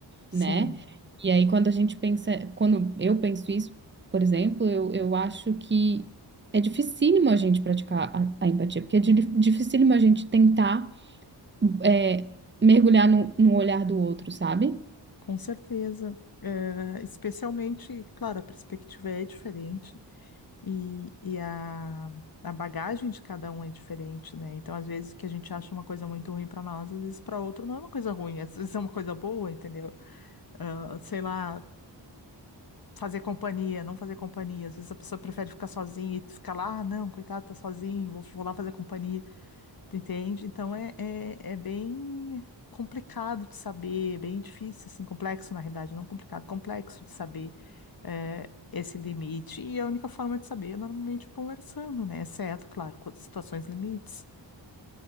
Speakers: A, on the left; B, on the right.
A: sim,
B: né? E aí, quando a gente pensa, quando eu penso isso, por exemplo, eu, eu acho que é dificílimo a gente praticar a, a empatia, porque é di- dificílimo a gente tentar é, mergulhar no, no olhar do outro, sabe?
A: com certeza. Eh, especialmente, claro, a perspectiva é diferente. E, e a, a bagagem de cada um é diferente, né? Então, às vezes, que a gente acha uma coisa muito ruim para nós, às vezes para outro não é uma coisa ruim, às vezes é uma coisa boa, entendeu? Ah, sei lá, fazer companhia, não fazer companhia. Às vezes a pessoa prefere ficar sozinha e tu fica lá, ah, não, coitado, tá sozinho, vou, vou lá fazer companhia. Entende? Então é, é, é bem complicado de saber, é bem difícil, assim, complexo na realidade, não complicado, complexo de saber é, esse limite. E a única forma de saber é normalmente conversando, né? Exceto, claro, com situações limites,